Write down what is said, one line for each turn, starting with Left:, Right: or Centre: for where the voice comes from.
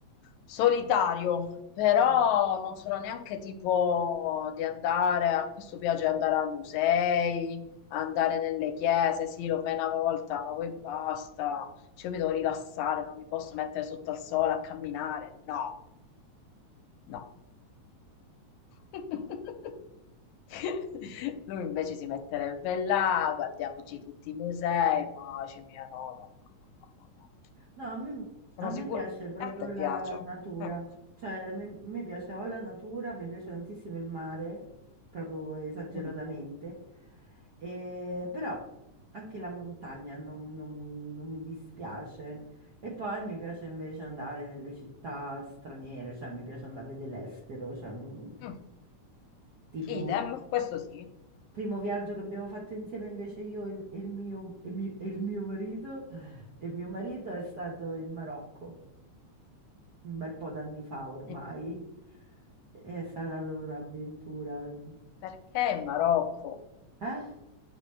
Left: solitario, però
Right: Eh.
Left: non sono neanche tipo di andare, a questo piace andare ai musei, andare nelle chiese, sì, lo fai una volta, ma poi basta, cioè io mi devo rilassare, non mi posso mettere sotto al sole a camminare, no, no. <laughs> Lui invece si metterebbe là, guardiamoci tutti i musei, ma dice mia no, no, no, no, no, no, no.
Right: No, a me,
Left: Sono
Right: a me
Left: sicura.
Right: piace proprio
Left: E a te
Right: la
Left: piace?
Right: natura,
Left: Ecco.
Right: cioè a me, mi piace o la natura, mi piace tantissimo il mare, proprio esageratamente,
Left: Mm.
Right: E- però anche la montagna non, non- non mi dispiace. E poi mi piace invece andare nelle città straniere, cioè mi piace andare a vedere l'estero, cioè, mi-
Left: Mm.
Right: tipo
Left: Idem, questo sì.
Right: primo viaggio che abbiamo fatto insieme invece io e il e il mio, e mi- e il mio marito, e mio marito è stato in Marocco un bel po' d'anni fa ormai.
Left: E
Right: È stata proprio un'avventura.
Left: Perché in Marocco?
Right: Eh?